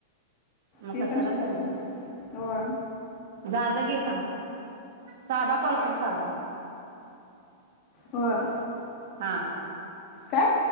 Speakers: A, on the right; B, on the left.
A: मग
B: ती
A: कशाला
B: पण शिकते
A: पाहिजे
B: सोडा होय
A: झालं गे <unintelligible> साधा कॉल कर साधा
B: होय
A: हा
B: काय